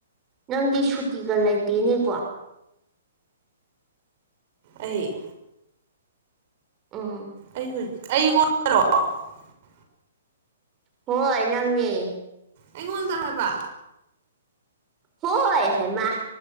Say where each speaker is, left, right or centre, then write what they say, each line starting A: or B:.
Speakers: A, on the right; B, on the right.
A: ꯅꯪꯗꯤ ꯁꯨꯇꯤꯒ ꯂꯩꯇꯦꯅꯦꯀꯣ
B: ꯑꯩ
A: ꯑꯣ
B: ꯑꯩ ꯑꯩꯉꯣꯟꯔꯛꯑꯣ <unintelligible>
A: ꯍꯣꯏ ꯅꯪꯅꯦ
B: ꯑꯩꯉꯣꯟꯗꫪꯣ ꯍꯥꯏꯕ
A: ꯍꯣꯏ ꯍꯩꯃꯥ